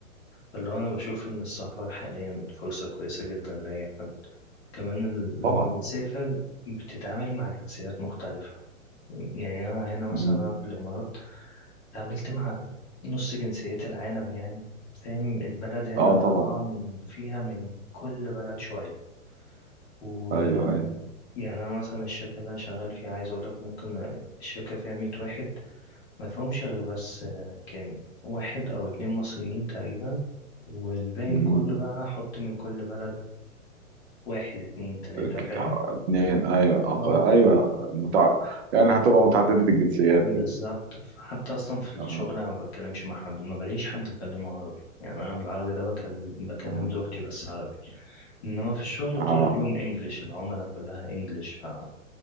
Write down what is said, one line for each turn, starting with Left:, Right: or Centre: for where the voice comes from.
Left: فاللي هو أنا بشوف إن السفر حاليا فرصة كويسة جدا لأي حد كمان ال- لما
Right: طبعا
Left: بتسافر بتتعامل مع جنسيات مختلفة يعني أنا هنا مثلا
Right: مهم.
Left: أنا في الإمارات تعاملت مع نص جنسيات العالم يعني فاهم البلد هنا
Right: اه طبعا
Left: طبعا فيها من كل بلد شوية و
Right: ايوه ايوه
Left: يعني أنا مثلا الشركة اللي أنا شغال فيها عايز أقولك ممكن الشركة فيها مية واحد ما فيهمش غير بس آه، كام واحد أو اتنين مصريين تقريبا والباقي
Right: مهم.
Left: كله بقى حط من كل بلد واحد اتنين تلاتة
Right: ك-
Left: فاهم
Right: اتنين ايوه أق...
Left: اه
Right: ايوه متع... يعني هتبقى متعدده الجنسيات
Left: بالظبط
Right: كده
Left: حتى اصلا في الشغل
Right: اها
Left: انا ما بتكلمش مع حد ما بلاقيش حد اكلمه عربي يعني انا العربي ده بكل... بكلم
Right: اها
Left: زوجتي بس عربي انما في الشغل
Right: اها
Left: طول اليوم انجليش العملاء كلها انجليش ف...